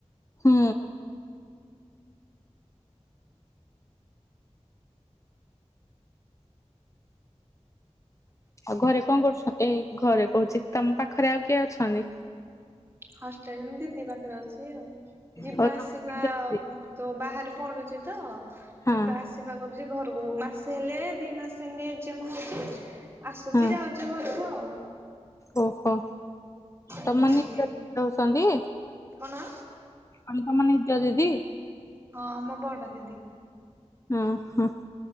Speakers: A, on the left (about 25°); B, on the right (about 20°).
A: ହୁଁ। ଆଉ ଘରେ କଣ କରୁଛ ଏଇ ଘରେ କହୁଛି ତମ ପାଖରେ ଆଉ କିଏ ଅଛନ୍ତି?
B: ହଷ୍ଟେଲ ମୁଁ ଦିଦି ପାଖରେ ଅଛି ଆଉ। ଯିବା
A: ହଉ ତମେ
B: ଆସିବା
A: ନିଜ
B: ଆଉ
A: ଦିଦି
B: ତ ବାହାରେ ପଢୁଚି ତ
A: ହଁ
B: ଯିବା ଆସିବା କରୁଚି। ଯେ ଘରକୁ ମାସେ ହେଲେ ଦି ମାସେ ଏମିତି ଏଜ୍ଜାମ୍ ହଉଛି ଆସୁଚି
A: ହଁ
B: ଯାଉ ଚି ଘରକୁ ଆଉ।
A: ଓହୋ
B: ଏମିତି
A: ତମାନେ ରହୁଛନ୍ତି?
B: କଣ?
A: ଆମେ ତମ ନିଜ ଦିଦି?
B: ହଁ ମୋ ବଡ ଦିଦି।
A: ଅଁ ହଁ।